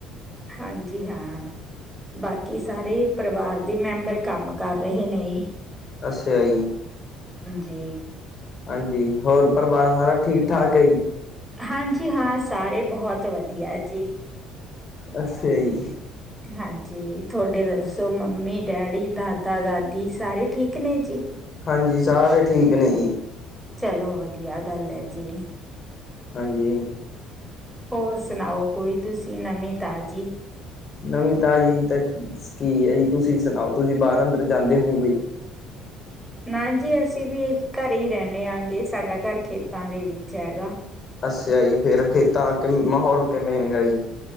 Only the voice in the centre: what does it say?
ਹਾਂਜੀ ਹਾਂ ਬਾਕੀ ਸਾਰੇ ਪਰਿਵਾਰ ਦੇ ਮੈਂਬਰ ਕੰਮ ਕਰ ਰਹੇ ਨੇ
ਜੀ
ਹਾਂਜੀ ਹਾਂ ਸਾਰੇ ਬਹੁਤ ਵਧੀਆ ਜੀ
ਹਾਂਜੀ ਤੁਹਾਡੇ ਦੱਸੋ ਮੰਮੀ ਡੈਡੀ ਦਾਦਾ ਦਾਦੀ ਸਾਰੇ ਠੀਕ ਨੇ ਜੀ
ਚਲੋ ਵਧੀਆ ਗੱਲ ਹੈ ਜੀ
ਹੋਰ ਸੁਣਾਓ ਕੋਈ ਤੁਸੀਂ ਨਵੀਂ ਤਾਜ਼ੀ
ਨਾ ਜੀ ਅਸੀਂ ਵੀ ਇਹ ਘਰੇ ਹੀ ਰਹਿੰਦੇ ਆਗੇ ਸਾਡਾ ਘਰ ਖੇਤਾਂ ਦੇ ਵਿੱਚ ਹੈਗਾ